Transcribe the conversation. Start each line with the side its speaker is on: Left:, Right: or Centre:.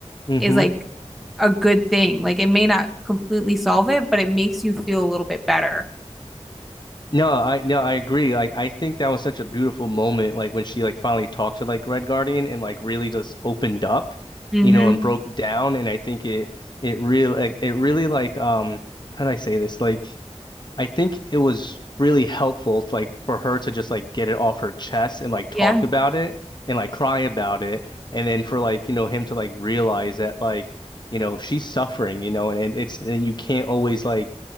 Left: hmm
Centre: is like a good thing. Like it may not completely solve it, but it makes you feel a little bit better.
Left: No, I no, I agree. Like I think that was such a beautiful moment, like when she like finally talked to like Red Guardian and like really just opened up,
Centre: Mm-hmm.
Left: you know, and broke down. And I think it it really like it really like um how do I say this? Like I think it was really helpful to, like for her to just like get it off her chest and like
Centre: Yeah.
Left: talk about it and like cry about it and then for like you know him to like realize that like you know she's suffering you know and, and it's and you can't always like